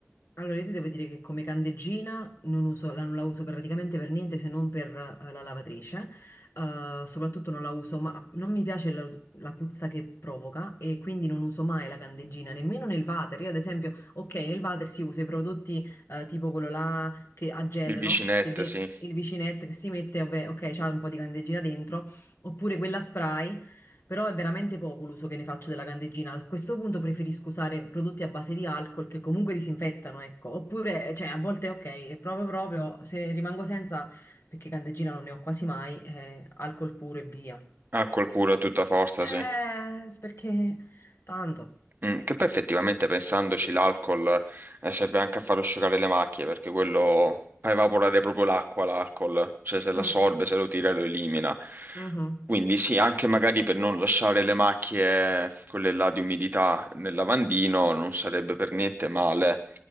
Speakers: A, on the left (about 60°); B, on the right (about 45°).
A: Allora, io ti devo dire che come candeggina non uso- la, non la uso praticamente per niente se non per eh, la lavatrice. Eh, soprattutto non la uso, ma non mi piace la, la puzza che provoca e quindi non uso mai la candeggina, nemmeno nel water. Io, ad esempio, ok, nel water si usa i prodotti eh, tipo quello là che a gel,
B: Il vicinetto,
A: no? Che de-
B: sì.
A: il vicinetto che si mette, ovve- ok, c'ha un po' di candeggina dentro, oppure quella spray. Però è veramente poco l'uso che ne faccio della candeggina. A questo punto preferisco usare prodotti a base di alcol che comunque disinfettano, ecco. Oppure, cioè, a volte ok, è proprio proprio se rimango senza, perché candeggina non ne ho quasi mai, eh, alcol puro e via.
B: Alcol puro a tutta forza,
A: Eh,
B: sì.
A: perché tanto.
B: Mm, che poi effettivamente pensandoci l'alcol eh, serve anche a far asciugare le macchie, perché quello fa evaporare proprio l'acqua, l'alcol. Cioè se l'assorbe,
A: Mm,
B: se lo tira, lo elimina.
A: mhm.
B: Quindi sì, anche magari per non lasciare le macchie, quelle là di umidità nel lavandino, non sarebbe per niente male.